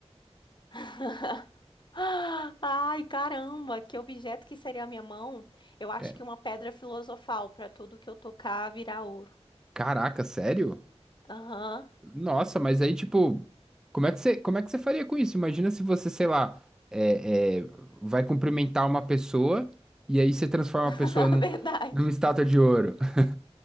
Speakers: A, on the left; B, in the centre.
A: <laughs> Ai, caramba, que objeto que seria a minha mão? Eu acho
B: É,
A: que uma pedra filosofal para tudo que eu tocar virar ouro.
B: caraca, sério?
A: Aham,
B: Nossa, mas aí, tipo, como é que você, como é que você faria com isso? Imagina se você, sei lá, é, é, vai cumprimentar uma pessoa e aí você transforma
A: <laughs>
B: a pessoa num,
A: Verdade.
B: numa estátua de ouro. <laughs>